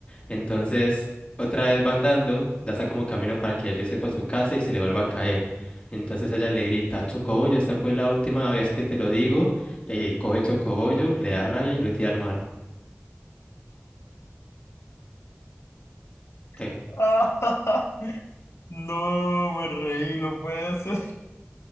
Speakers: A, on the left; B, on the left.
A: Entonces otra vez va andando, ya está como camino para que él irse para su casa y se le vuelva a caer. Entonces ella le grita, Chocobollo, esta fue la última vez que te lo digo. Y ahí coge el chocobollo, le da rabia y lo tira al mar. ¿Qué?
B: <laughs> No, me reí, no puede ser.